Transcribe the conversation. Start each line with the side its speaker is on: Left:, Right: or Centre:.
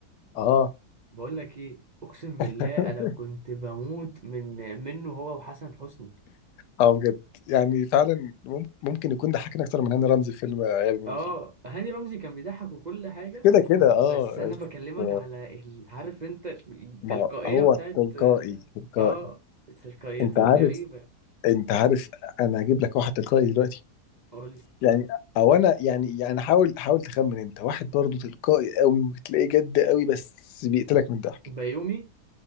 Left: اه
Right: بقول لك إيه أقسم بالله
Left: <laughs>
Right: أنا كنت بموت من منه هو وحسن حسني
Left: اه بجد يعني فعلا مم- ممكن يكون ضحكنا اكتر من هاني رمزي في فيلم غبي منه
Right: اه
Left: فيه
Right: هاني رمزي كان بيضحك وكل حاجة
Left: كده كده
Right: بس
Left: اه
Right: أنا بكلمك
Left: ف-
Right: على ال... عارف أنت التلقائية
Left: ما هو
Right: بتاعت
Left: تلقائي تلقائي
Right: اه تلقائيته
Left: انت عارف
Right: غريبة
Left: انت عارف انا هجيب لك واحد تلقائي دلوقتي
Right: قول لي
Left: يعني او انا يعني يعني حاول حاول تخمن انت واحد برضه تلقائي قوي وتلاقيه جد قوي بس بيقتلك من الضحك
Right: بيومي